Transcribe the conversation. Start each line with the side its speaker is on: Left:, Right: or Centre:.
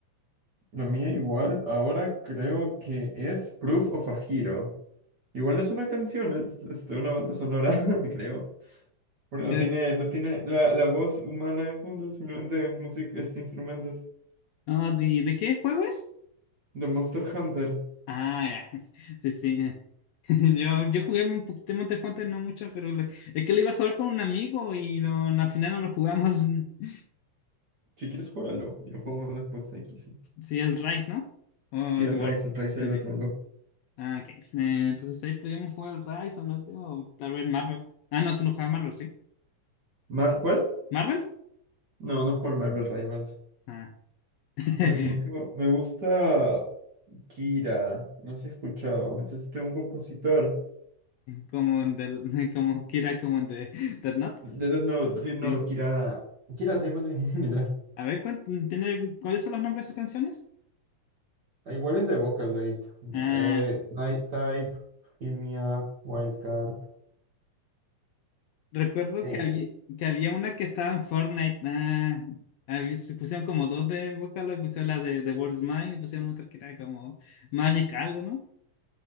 Right: La mía igual, ahora creo que es Proof of a Hero. Igual no es una canción, es este, una banda sonora, <laughs> creo. Porque
Left: ¿De,
Right: no tiene, no tiene la, la voz humana de fondo, simplemente es música, este instrumentos.
Left: ah, de, de qué juego es?
Right: De Monster Hunter.
Left: Ah, ya. <laughs> Sí, sí. <laughs> Yo, yo jugué un poquito de Monster Hunter, no mucho, pero lo- es que lo iba a jugar con un amigo y no, no, al final no lo jugamos. <laughs>
Right: Si quieres, juégalo. Y lo jugamos después, aquí sí.
Left: Sí, el Rise, ¿no? O
Right: Sí,
Left: es
Right: el
Left: The World.
Right: Rise, el Rise
Left: Sí,
Right: ahí lo
Left: sí.
Right: tengo.
Left: Ah, ok. Eh, entonces ahí podríamos jugar el Rise o no sé, o tal vez Marvel. Ah, no, tú no juegas Marvel, ¿sí?
Right: Mar- ¿Cuál?
Left: ¿Marvel?
Right: No, no juego el Marvel Rivals.
Left: Ah. <laughs>
Right: Por ejemplo, me gusta Kira. No sé si he escuchado. Es este un compositor.
Left: Como, del, como Kira, como de Death Note.
Right: De- de- No, sí, no,
Left: Sí.
Right: Kira. Kira se llama así, <laughs> literal.
Left: A ver, ¿cuál- ¿tiene, ¿cuáles son los nombres de sus canciones?
Right: Ah, Igual es de Vocaloid.
Left: Ah,
Right: Eh,
Left: sí.
Right: Nice Type, Hit Me Up, Wildcard.
Left: Recuerdo
Right: Sí.
Left: que había, que había una que estaba en Fortnite. Ah, había- se pusieron como dos de Vocaloid, pusieron la de The World Is Mine y pusieron otra que era como Magic algo, ¿no?